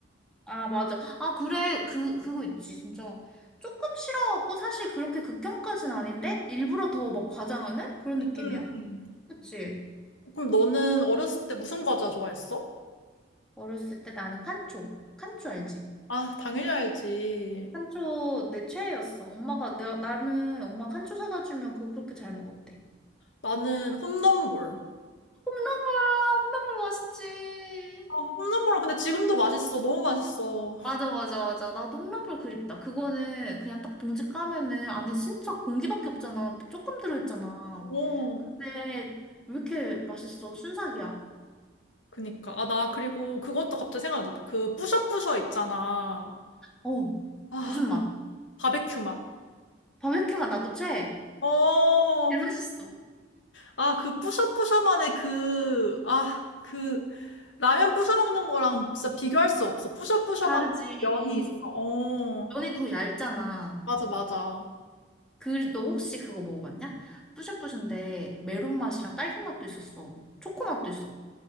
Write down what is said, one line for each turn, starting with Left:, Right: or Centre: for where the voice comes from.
Centre: 아, 맞아. 아, 그래. 그, 그거 있지. 진짜. 조금 싫어하고 사실 그렇게 극혐까진 아닌데 일부러 더 막 과장하는 그런
Left: 음,
Centre: 느낌이야.
Left: 음.
Centre: 그치?
Left: 그럼 너는 어렸을 때 무슨 과자 좋아했어?
Centre: 어렸을 때 나는 칸초. 칸초 알지?
Left: 아, 당연히 알지.
Centre: 칸초 내 최애였어. 엄마가 내가 나는 엄마 칸초 사다 주면 그거 그렇게 잘 먹었대.
Left: 나는 홈런볼.
Centre: 홈런볼 홈런볼 맛있지.
Left: 아, 홈런볼은 근데 지금도 맛있어. 너무 맛있어.
Centre: 맞아 맞아 맞아. 나도 홈런볼 그립다. 그거는 그냥 딱 봉지 까면은 안에 진짜 공기밖에 없잖아. 조금 들어있잖아.
Left: 오.
Centre: 근데 왜 이렇게 맛있어? 순삭이야.
Left: 그니까. 아, 나 그리고 그것도 갑자기 생각났다. 그 뿌셔뿌셔 있잖아.
Centre: 어
Left: 아,
Centre: 무슨 맛?
Left: 바베큐 맛.
Centre: 바베큐 맛 나도 최애.
Left: 어,
Centre: 제일 맛있어.
Left: 아, 그 뿌셔뿌셔만의 그, 아, 그, 라면 뿌셔 먹는 거랑 진짜 비교할 수 없어. 뿌셔뿌셔만
Centre: 다르지.
Left: 면이 있어. 어,
Centre: 면이 더 얇잖아.
Left: 맞아, 맞아.
Centre: 그, 너 혹시 그거 먹어봤냐? 뿌셔뿌셔인데 메론 맛이랑 딸기 맛도 있었어. 초코 맛도 있었고.